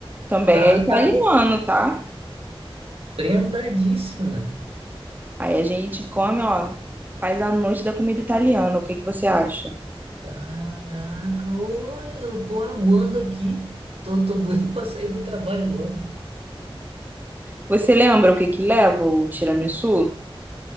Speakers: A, on the right (about 20°); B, on the right (about 75°).
A: Também
B: tá,
A: é italiano,
B: tá
A: tá?
B: prendadíssima.
A: Aí a gente come, ó, faz a noite da comida italiana. O que que você acha?
B: Caraca, ô, eu tô aguando aqui, tô, tô doido <laughs> pra sair do trabalho logo.
A: Você lembra o que que leva o tiramisu?